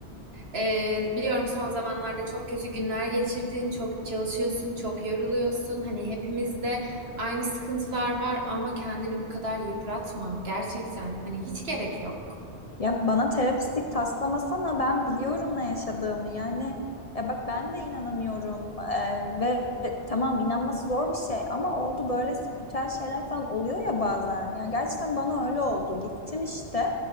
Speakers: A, on the right; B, on the left.
A: E, biliyorum son zamanlarda çok kötü günler geçirdin, çok çalışıyorsun, çok yoruluyorsun. Hani hepimizde aynı sıkıntılar var ama kendini bu kadar yıpratma. Gerçekten hani hiç gerek yok.
B: Ya bana terapistlik taslamasana ben biliyorum ne yaşadığımı. Yani ya bak ben de inanamıyorum. E, ve tamam inanması zor bir şey ama oldu böyle spiritüel şeyler falan oluyor ya bazen. Ya gerçekten bana öyle oldu. Gittim işte.